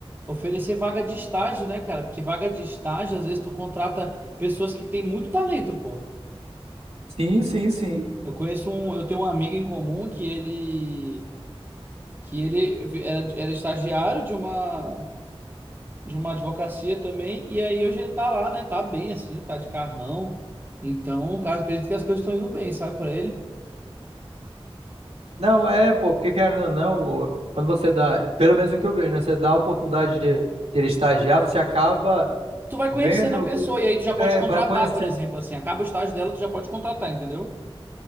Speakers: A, on the right (about 20°); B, on the right (about 85°).
A: oferecer vaga de estágio, né, cara? Porque vaga de estágio, às vezes tu contrata pessoas que têm muito talento, pô.
B: Sim, sim, sim.
A: Eu conheço um, eu tenho um amigo em comum que ele, que ele era, era estagiário de uma de uma advocacia também, e aí hoje ele tá lá, né? Tá bem assim, tá de carrão. Então, cara, acredito que as coisas estão indo bem, sabe, pra ele.
B: Não, é, pô, porque querendo ou não, o- quando você dá, pelo menos o que eu vejo, né? Você dá a oportunidade de, de ele estagiar, você acaba
A: Tu vai
B: vendo,
A: conhecendo a pessoa, e aí tu já pode
B: é,
A: contratar,
B: vai conhecendo.
A: por exemplo, assim, acaba o estágio dela, tu já pode contratar, entendeu?